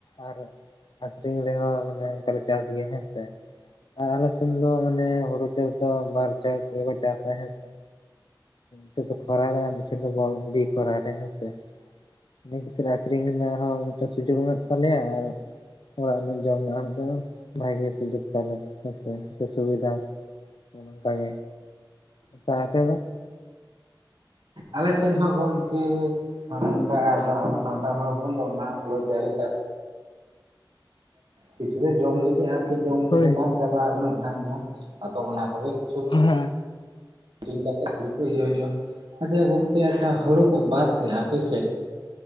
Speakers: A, on the left; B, on the right.
A: ᱟᱨ ᱟᱠᱷᱨᱤᱧ ᱨᱮᱦᱚᱸ ᱢᱟᱱᱮ ᱚᱱᱠᱟ ᱞᱮ ᱪᱟᱥ ᱜᱮᱭᱟ ᱦᱮᱸ ᱥᱮ ᱟᱨ ᱟᱞᱮ ᱥᱮᱱ ᱫᱚ ᱢᱟᱱᱮ ᱦᱩᱲᱩ ᱪᱟᱥ ᱫᱚ ᱵᱟᱨ ᱪᱚᱴ ᱨᱮᱠᱚ ᱪᱟᱥᱟ ᱦᱮᱸᱥᱮ ᱛᱚ ᱠᱷᱚᱨᱟᱨ ᱨᱮ ᱪ <inaudible> ᱠᱷᱚᱨᱟᱨ ᱨᱮ ᱦᱮᱸ ᱥᱮ ᱤᱱᱟᱹ ᱠᱷᱟᱹᱛᱤᱨ ᱟᱠᱷᱨᱤᱧ ᱨᱮᱱᱟᱜ ᱦᱚᱸ ᱢᱤᱫ ᱥᱩᱡᱳᱜ ᱢᱮᱱᱟᱜ ᱛᱟᱞᱮᱭᱟ ᱟᱨ ᱚᱲᱟᱜ ᱞᱮ ᱡᱚᱢ ᱧᱮ ᱵᱷᱟᱜᱮ ᱥᱩᱡᱳᱜᱽ ᱛᱟᱞᱮ ᱦᱮᱸᱥᱮ ᱥᱮ ᱥᱩᱵᱤᱫᱷᱟ ᱚᱱᱠᱟᱜ ᱜᱮ ᱟ ᱟᱯᱮ ᱫᱚ
B: ᱟᱞᱮ ᱥᱮᱫ ᱦᱚᱸ ᱜᱚᱢᱠᱮ ᱚᱱᱮ ᱚᱱᱠᱟ ᱟ ᱟᱵᱚ ᱥᱟᱱᱛᱟᱲ ᱦᱚᱲ ᱦᱚᱯᱚᱱ ᱫᱚ ᱚᱱᱟ ᱦᱩᱲᱩ ᱪᱟᱹᱣᱞᱮ ᱪᱟᱥ ᱠᱤᱪᱷᱩ ᱫᱚ ᱡᱚᱢ ᱞᱟᱹᱜᱤᱫ ᱟᱨᱠᱤ ᱡᱚᱢ ᱛᱮᱫᱚ
A: ᱦᱳᱭ
B: ᱵᱟᱝ ᱪᱟᱵᱟᱜᱼᱟ ᱩᱱᱟᱹᱜ ᱜᱟᱱ ᱫᱚ ᱟᱫᱚ ᱚᱱᱟ ᱠᱚᱜᱮ ᱠᱤᱪᱷᱩ
A: ᱦᱳᱭ
B: ᱫᱤᱱ ᱠᱟᱛᱮ ᱠᱩᱷᱲᱤ ᱠᱚ ᱤᱭᱟᱹᱟᱹᱜ ᱦᱩᱭᱩᱜᱼᱟ ᱟᱪᱪᱷᱟ ᱜᱚᱝᱠᱮ ᱟᱪᱪᱷᱟ ᱦᱩᱲᱩ ᱠᱚ ᱵᱟᱫ ᱟᱯᱮ ᱥᱮᱫ